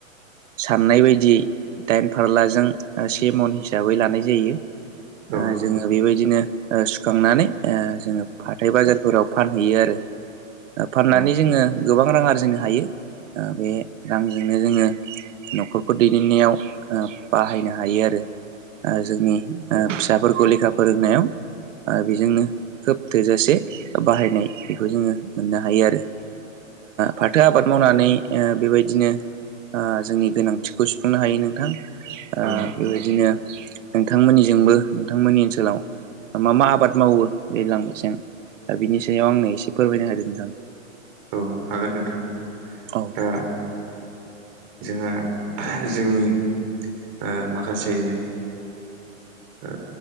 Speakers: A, on the right; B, on the right.
A: साननाय बायदियै दाइन फारलाजों से मन हिसाबै लानाय जायो।
B: औ
A: जोङो बेबायदिनो सुखांनानै जोङो फाथथाय बाजारफोराव फानहैयो आरो। फाननानै
B: औ
A: जोङो गोबां रां आरजिनो हायो बे रांजोंनो जोङो न'खरफोर दैदेननायाव बाहायनो हायो आरो। जोंनि फिसाफोरखौ लेखा फोरोंनायाव बेजोंनो खोब थोजासे बाहायनाय बेखौ जोङो मोननो हायो आरो। फाथो आबाद मावनानै बेबायदिनो जोंनि गोनांथिखौ सुफुंनो हायो नोंथां
B: औ
A: बेबायदिनो नोंथांमोननिजोंबो नोंथांमोननि ओनसोलाव मा मा आबाद मावो दैलां मेसें ओ बिनि सायाव आंनो एसे फोरमायनो होदो नोंथां
B: औ हागोन नोंथां
A: होदो
B: ओ जोंहा जोंनि ओ माखासे ओ